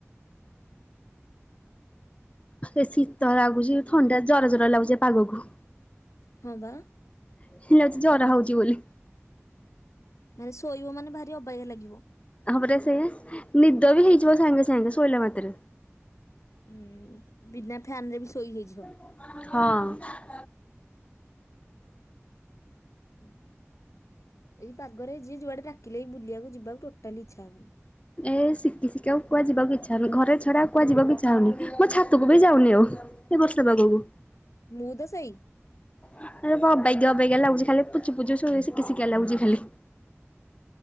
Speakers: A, on the left; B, on the left.
A: ଏ ଶୀତ ଲାଗୁଛି ଥଣ୍ଡା ଜର ଜର ଲାଗୁଛିଏ ପାଗକୁ।
B: ହଁ ବା।
A: ମତେ ଲାଗୁଚି ଜ୍ୱର ହଉଛି ବୋଲି।
B: ମାନେ ଶୋଇବ ମାନେ ଭାରି ଅବାଗୀଆ ଲାଗିବ।
A: ହଁ ପରା ସେଇଆ ନିଦ ବି ହେଇଯିବ ସାଙ୍ଗେ ସାଙ୍ଗେ ଶୋଇଲା ମାତ୍ରେ।
B: ଉଁ ବିନା ଫ୍ୟାନ ରେ ବି ଶୋଇ ହେଇଯିବ।
A: ହଁ।
B: ହଁ ଏଇ ପାଗରେ ଯିଏ ଯୁଆଡେ ଡାକିଲେ ବୁଲିବାକୁ ଯିବାକୁ ଟୋଟାଲି ଇଚ୍ଛା ହବନି।
A: ଏ ଶିକି ଶିକାକୁ କୁଆଡେ ଯିବାକୁ ଇଚ୍ଛା ହଉନି ଘରେ ଛଡା କୁଆଡେ ଯିବା ଇଚ୍ଛା ହଉନି ମୁଁ ଛାତକୁ ବି ଯାଉନି ଆଉ ଏ ବର୍ଷା ପାଗକୁ।
B: ମୁଁ ତ ସେଇ।
A: ଆ ଅବଗ୍ୟା ଅବଗ୍ୟା ଲାଗୁଚି ଖାଲି ପୁଚୁ ପୁଚୁ ସୁରୁ ଶିକୁ ଶିକା ଲାଗୁଛି ଖାଲି।